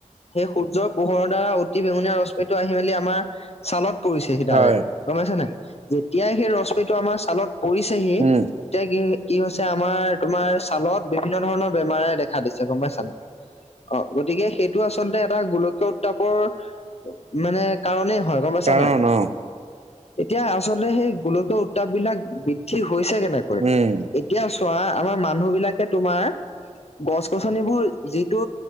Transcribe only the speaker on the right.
হয়
উম
কাৰণ
অ
উম